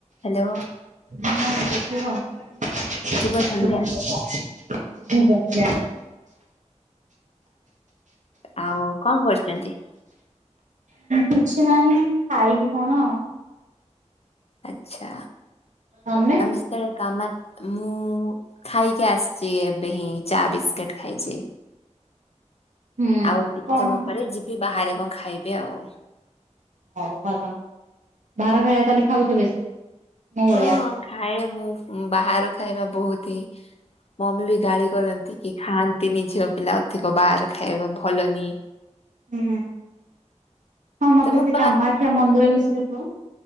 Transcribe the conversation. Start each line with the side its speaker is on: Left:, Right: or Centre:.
Left: Hello,
Right: ହଁ କୁହ,
Left: ଶୁଭ ସନ୍ଧ୍ୟା
Right: <unintelligible>
Left: ଆଉ କଣ କରୁଚନ୍ତି?
Right: କିଛି ନାହିଁ ଖାଇବି କଣ?
Left: ଆଚ୍ଛା
Right: ତମେ
Left: ଆମେ ସେତେବେଳେ କାମା ମୁଁ ଖାଇକି ଆସିଚି ଏବେ ହିଁ ଚା ବିସ୍କିଟ ଖାଇଚି।
Right: ହୁଁ
Left: ଆଉ କିଛି
Right: କଣ
Left: ସମୟ ପରେ ଯିବି ବାହାରେ କଣ ଖାଇବି ଆଉ।
Right: ହଉ ଭଲ ବାହାର ଖାଇବା ତାହେଲେ ଖାଉଚ ବେଶୀ ମୋ
Left: ହଁ
Right: ଭଳିଆ।
Left: ଖାଏ ମୁଁ ବାହାର ଖାଇବା ବହୁତ୍ ହିଁ ମମି ବି ଗାଳି କରନ୍ତି କି ଖାଆନ୍ତିନି ଝିଅ ପିଲା ଅଧିକ ବାହାର ଖାଇବା ଭଲନି।
Right: ହୁଁ ହଁ ମତେ
Left: ତମକୁ
Right: ସେ କାମାକ୍ଷା ମନ୍ଦିର ବିଷୟରେ କୁହ?